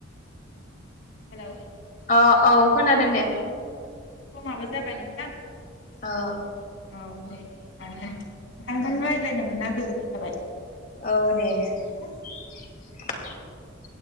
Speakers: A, on the left; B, on the left.
A: हेल'
B: अ औ खोनादों दे
A: समाबो जाबाय नोंथां
B: औ
A: औ दे होनबा नोंथांजों रायज्लायनो मोनना गोजोन नाय थाबाय
B: औ दे <inaudible>